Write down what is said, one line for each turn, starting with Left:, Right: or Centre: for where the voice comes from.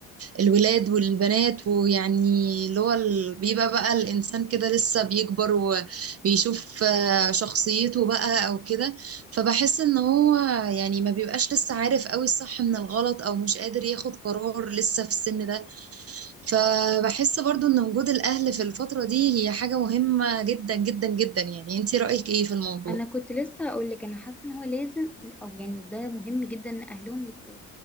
Right: الولاد والبنات ويعني اللي هو ال... بيبقى بقى الانسان كده لسه بيكبر وبيشوف آه، شخصيته بقى او كده فبحس ان هو يعني ما بيبقاش لسه عارف قوي الصح من الغلط او مش قادر ياخد قرار لسه في السن ده فبحس برضو ان وجود الاهل في الفترة دي هي حاجة مهمة جدا جدا جدا يعني انتي رأيك ايه في الموضوع
Centre: انا كنت لسه هقول لك انا حاسه ان هو لازم او يعني ده مهم جدا ان اهلهم يبقوا